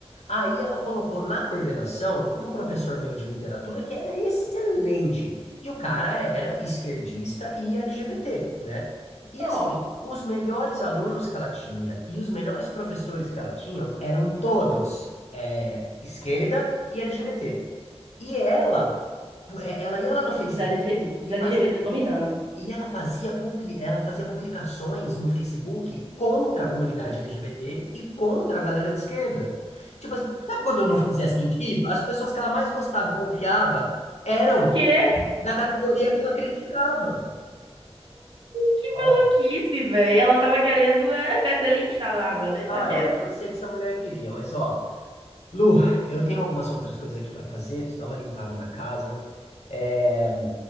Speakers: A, on the left (about 90°); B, on the right (about 50°).
A: Aí ela colocou na coordenação um professor meu de literatura que era excelente. E o cara era esquerdista e LGBT, né? E assim,
B: ó,
A: os melhores alunos que ela tinha e os melhores professores que ela tinha eram todos é, esquerda e LGBT. E ela, é, ela ia lá no Facebook
B: os LG
A: e
B: os
A: fazia
B: LGBT dominando.
A: e ela fazia, publi- ela fazia publicações no Facebook contra a comunidade LGBT e contra a galera de esquerda. Tipo assim, sabe quando não fazia sentido? As pessoas que ela mais gostava e confiava eram
B: Quê?
A: da categoria que ela criticava.
B: Que
A: Olha,
B: maluquice, velho. Ela tava querendo é, <laughs> ser linchada na rua, deixa
A: ah,
B: quieto.
A: olha, eu não sei o que essa mulher queria, mas ó, Lu, eu tenho algumas outras coisas aqui para fazer, preciso dar uma limpada na casa. É,